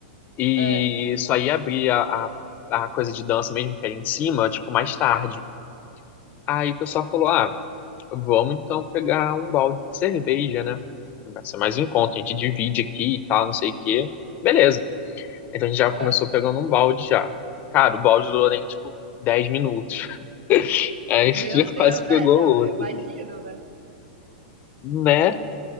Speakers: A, on the left; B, on the right.
A: E
B: é.
A: só ia abrir a, a, a coisa de dança mesmo, que era em cima, tipo, mais tarde. Aí o pessoal falou, ah, vamos então pegar um balde de cerveja, né? Vai ser mais um encontro, a gente divide aqui e tal, não sei o quê. Beleza. Então a gente já
B: é.
A: começou pegando um balde já. Cara, o balde durou nem, tipo, 10 minutos. <laughs> Aí a gente
B: Meu
A: já
B: Deus,
A: quase pegou
B: né? Não,
A: outro,
B: eu imagino, né?
A: né?